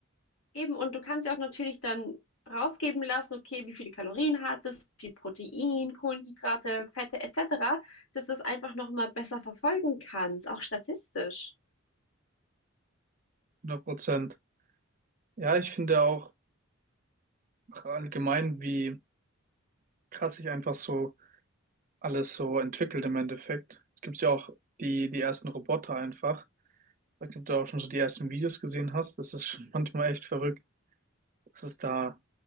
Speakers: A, on the left; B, on the right.
A: Eben, und du kannst ja auch natürlich dann rausgeben lassen, okay, wie viele Kalorien hat es, wie viel Protein, Kohlenhydrate, Fette etc., dass du es einfach nochmal besser verfolgen kannst, auch statistisch.
B: 100 Prozent. Ja, ich finde auch allgemein, wie krass sich einfach so alles so entwickelt im Endeffekt. Es gibt ja auch die, die ersten Roboter einfach. Ich weiß nicht, ob du auch schon so die ersten Videos gesehen hast. Das ist schon manchmal echt verrückt, dass es da